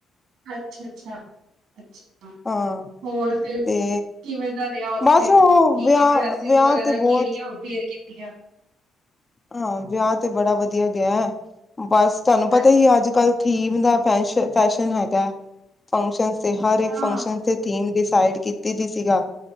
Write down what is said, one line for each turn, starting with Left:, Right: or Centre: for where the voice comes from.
Right: ਅੱਛ, ਅੱਛਾ -ਅੱਛਾ, ਅੱਛਾ
Left: ਹਾਂ,
Right: ਹੋਰ ਫਿਰ
Left: ਤੇ
Right: ਕਿਵੇਂ ਦਾ ਰਿਹਾ ਉੱਥੇ
Left: ਬਸ
Right: ਕੀ
Left: ਉਹ ਵਿਆਹ
Right: ਕੀ ਡਰੈਸਿਸ
Left: ਵਿਆਹ
Right: ਵਗੈਰਾ
Left: ਤੇ
Right: ਕਿਹੜੀਆਂ
Left: ਬਹੁਤ
Right: ਵੇਅਰ ਕੀਤੀਆਂ।
Left: ਹਾਂ ਵਿਆਹ ਤੇ ਬੜਾ ਵਧੀਆ ਗਿਆ, ਬਸ ਤੁਹਾਨੂੰ ਪਤਾ
Right: ਹਾਂਜੀ
Left: ਹੀ ਅੱਜ -ਕੱਲ। ਥੀਮ ਦਾ ਫੈਸ਼ਨ ਫੈਸ਼ਨ ਹੈਗਾ ਫੰਕਸ਼ਨਸ। ਤੇ ਹਰ ਇੱਕ
Right: ਹਾਂ
Left: ਫੰਕਸ਼ਨ ਤੇ ਥੀਮ ਡਿਸਾਈਡ ਕੀਤੀ। ਤੇ ਜ ਸੀਗਾ